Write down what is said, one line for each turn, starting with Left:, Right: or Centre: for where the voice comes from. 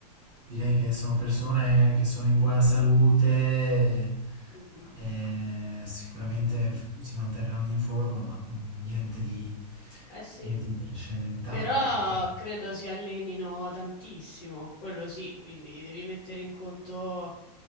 Right: direi che sono persone che sono in buona salute e,
Left: Mm, mm.
Right: e sicuramente f- si manterranno in forma, ma mm, niente di,
Left: Eh sì,
Right: niente di trascendentale,
Left: però
Right: ecco.
Left: credo si allenino tantissimo, quello sì, quindi devi mettere in conto